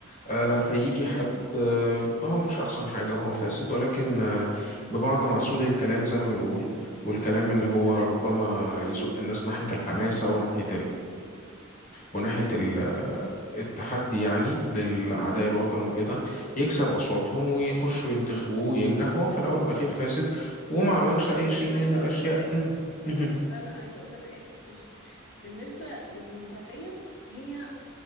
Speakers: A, on the left; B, on the left.
A: آه، فيجي
B: تمام
A: حد آه، هو مش أحسن حاجة هو فاسد ولكن آه، ببعض معسول الكلام زي ما بنقول والكلام اللي هو
B: تمام
A: ربما يزق الناس ناحية الحماسة وناحية وناحية ال- التحدي يعني لأعداء الوطن وكده يكسب أصواتهم ويخشوا ينتخبوه وينجح وهو في الأول والأخير فاسد وما عملش أي شيء
B: بس أنا
A: من
B: عايزة
A: الأشياء
B: أقول لك حاجة
A: <clears throat>
B: لا لا عايزة أقول لك حاجة بص بالنسبة للديمقراطية هي